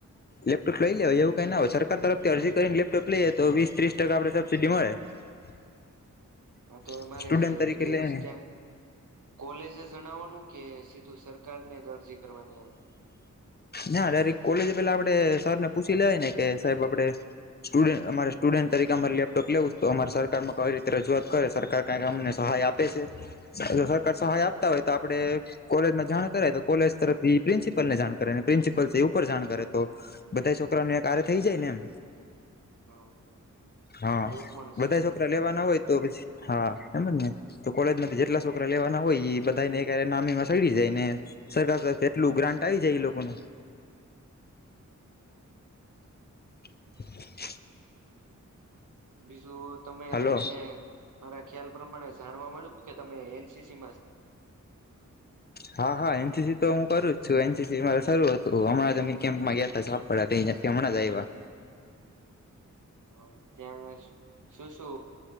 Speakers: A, on the left; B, on the right.
A: લેપટોપ લઈ લેવા એવું. કઈ ના હોય સરકાર તરફથી અરજી કરીને લેપટોપ લઈએ તો, વીસ ત્રીસ ટકા આપડે સબસીિડી મળે. <inaudible>
B: હા તો મારે
A: સ્ટુડન્ટ તરીકે
B: એ
A: લઈને
B: ત્યાં. કોલેજ જણાવવાનું કે સીધું સરકાર ને જ અરજી કરવાની આવે.
A: ના ડરેક કોલેજ પેલા આપડે સર ને પૂછી લેવાય ને કે, સાહેબ આપડે સ્ટુડ અમારે સ્ટુડ તરીકે અમારે લેપટોપ લેવું તો અમા સરકાર માં કઈ રીતે રજૂઆત કરે, સરકાર ક અમને સહાય આપે છે. સરકાર સહાય આપતા હોય તો. આપડે કોલેજમાં જાણ કરાય તો, કોલેજ તરફથી પ્રિન્સિપલને જાણ કરેને. પ્રિન્સિપલ છે એ ઉપર જાણ કરે તો બધા છોકરાને કાર થઈ જાય ને એમ.
B: હા
A: હા
B: એ પણ
A: બધા
B: છે
A: છોકરા લેવાના હોય તો પછી હા એમજ ને. તો કોલેજમાંથી જેટલા છોકરા લેવાના હોય એ બધા ને ક નામી માં સડી જાય ને સરકાર તરફ એટલું ગ્રાન્ટ આવી જાય એ લોકોને. <inaudible>
B: બીજું તમે
A: હલો
B: મને મારા ખ્યાલ પ્રમાણે જાણવા મળ્યું કે, તમે એનસીસીમાં
A: હા હા એનસીસી તો હું કરું જ છું. એનસીસી મા શરૂ હતું હમણાંની કેમ્પમાં ગયા હતા સાપડ કેમણા જાયવા.
B: હ ત્યાં શું? શું?